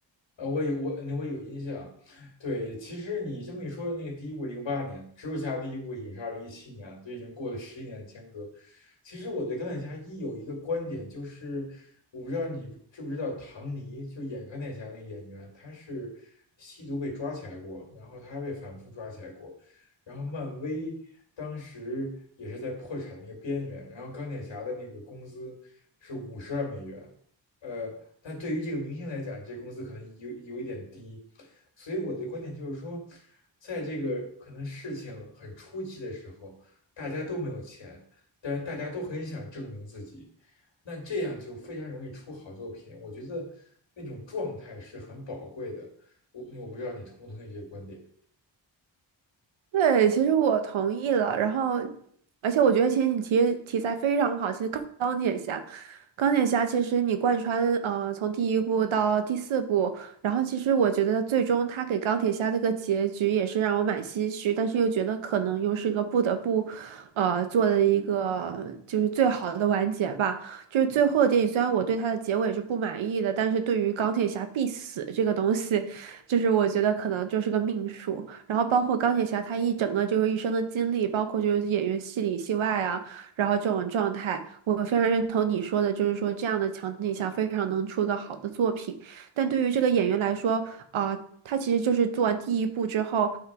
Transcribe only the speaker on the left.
呃，我有我那我有印象，对，其实你这么一说，那个第一部零八年，蜘蛛侠第一部也是二零一七年，就已经过了十一年的间隔。其实我对钢铁侠一有一个观点，就是我不知道你知不知道唐尼，就演钢铁侠那个演员，他是吸毒被抓起来过，然后他还被反复抓起来过，然后漫威当时也是在破产那个边缘，然后钢铁侠的那个工资是五十万美元。呃，但对于这个明星来讲，这工资可能有有一点低。所以我的观点就是说，在这个可能事情很初期的时候，大家都没有钱，但是大家都很想证明自己，那这样就非常容易出好作品。我觉得那种状态是很宝贵的。我我不知道你同不同意这个观点。